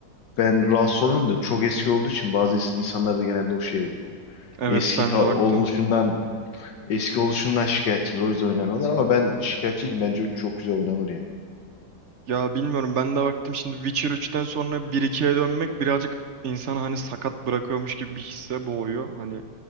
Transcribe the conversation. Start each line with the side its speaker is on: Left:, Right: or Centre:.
Left: Ben rahatsız oluyorum da çok eski olduğu için bazı ins- insanlarda genelde o şey oluyor.
Right: Evet
Left: Eski
Right: ben
Left: ka- olmuşundan
Right: de baktım.
Left: Eski oluşundan şikayetçiler. O yüzden oynamıyorlar ama ben şikayetçiyim. Bence o çok güzel oynanır yani.
Right: Ya bilmiyorum ben de baktım şimdi Witcher üçten sonra bir ikiye dönmek birazcık insanı hani sakat bırakıyormuş gibi bir hisse boğuyor. Hani